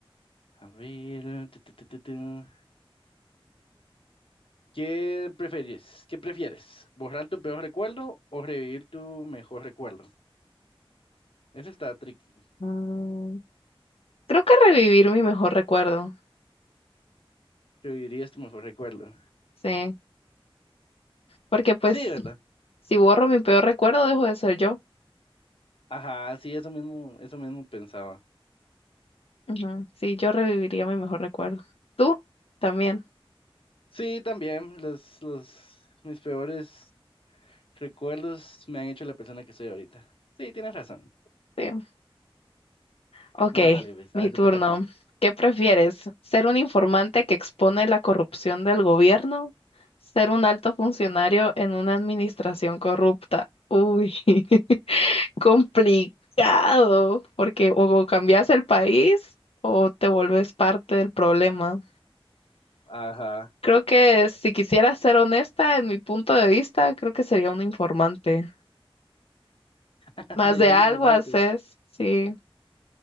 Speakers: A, on the left; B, on the left.
A: A ver. tu, tu, tu, tu, tu. ¿Qué prefieres? ¿Qué prefieres? ¿Borrar tu peor recuerdo o revivir tu mejor recuerdo? Eso está tricky.
B: Mm, Creo que revivir mi mejor recuerdo,
A: ¿Revivirías tu mejor recuerdo?
B: sí, porque pues
A: Sí, ¿verdad?
B: si borro mi peor recuerdo, dejo de ser yo.
A: Ajá, sí, eso mismo, eso mismo pensaba.
B: Ujú, Sí, yo reviviría mi mejor recuerdo. ¿Tú? También.
A: Sí, también los, los, mis peores recuerdos me han hecho la persona que soy ahorita. Sí, tienes razón.
B: sí. Ok,
A: Dale, pues,
B: mi
A: a ver,
B: turno.
A: te toca a ti.
B: ¿Qué prefieres? ¿Ser un informante que expone la corrupción del gobierno? ¿Ser un alto funcionario en una administración corrupta? Uy, <laughs> complicado, porque o cambias el país o te vuelves parte del problema.
A: Ajá.
B: Creo que si quisiera ser honesta, en mi punto de vista, creo que sería un informante.
A: <laughs>
B: Más
A: Serías
B: de algo
A: informante,
B: haces, sí,